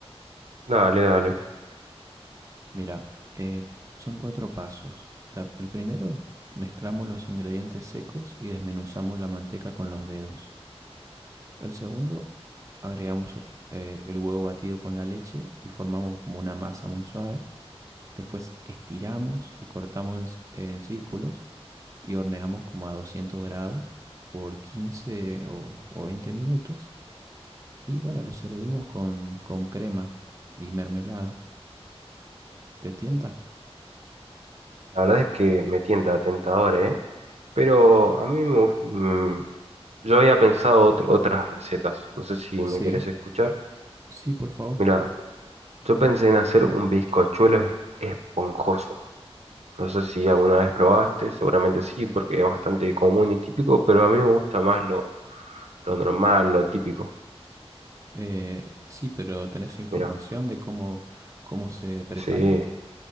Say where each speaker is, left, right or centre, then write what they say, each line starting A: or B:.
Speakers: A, on the right; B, on the right.
A: Dale, dale.
B: Mira, eh, son cuatro pasos. La- el primero, mezclamos los ingredientes secos y desmenuzamos la manteca con los dedos. El segundo, agregamos eh, el huevo batido con la leche y formamos como una masa muy suave. Después estiramos y cortamos en, en círculos y horneamos como a 200 grados por 15 o, o 20 minutos. Y bueno, lo servimos con, con crema y mermelada. ¿Te tienta?
A: La verdad es que me tienta tentador, ¿eh? Pero a mí me, gus- mm, yo había pensado otr- otras recetas. No sé si me
B: Sí,
A: querés escuchar.
B: sí, por favor.
A: Mira, yo pensé en hacer un bizcochuelo esponjoso. No sé si alguna vez probaste, seguramente sí, porque es bastante común y típico, pero a mí me gusta más lo, lo normal, lo típico.
B: Eh, sí, pero ¿tenés información
A: Mira,
B: de cómo, cómo se prepara?
A: sí,